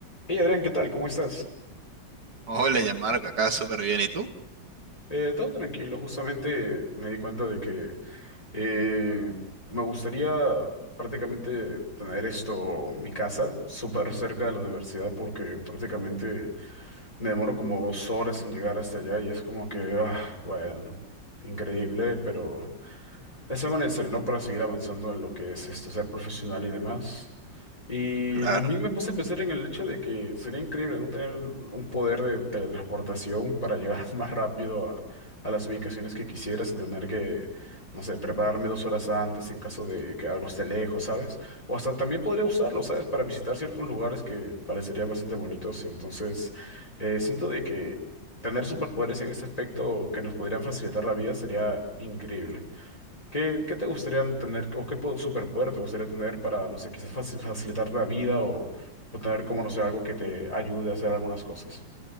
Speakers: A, on the left (about 20°); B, on the right (about 60°).
A: Hey Adrián, ¿qué tal? ¿Cómo estás?
B: Hola, Yamarco, acá súper bien. ¿Y tú?
A: Eh, todo tranquilo, justamente me di cuenta de que eh, me gustaría prácticamente tener esto, mi casa, súper cerca de la universidad porque prácticamente me demoro como dos horas en llegar hasta allá y es como que, ah, bueno, increíble, pero es algo necesario, ¿no? Para seguir avanzando en lo que es esto, ser profesional y demás. Y
B: Claro.
A: también me puse a pensar en el hecho de que sería increíble, ¿no? Tener un poder de teletransportación para llegar <laughs> más rápido a, a las ubicaciones que quisiera sin tener que, no sé, prepararme dos horas antes en caso de que algo esté lejos, ¿sabes? O hasta también podría usarlo, ¿sabes? Para visitar ciertos lugares que parecerían bastante bonitos. Entonces, eh, siento de que tener superpoderes en este aspecto que nos podrían facilitar la vida sería increíble. ¿Qué, qué te gustaría tener o qué po- superpoder te gustaría tener para, no sé, quizás faci- facilitar la vida o, o tener como, no sé, algo que te ayude a hacer algunas cosas?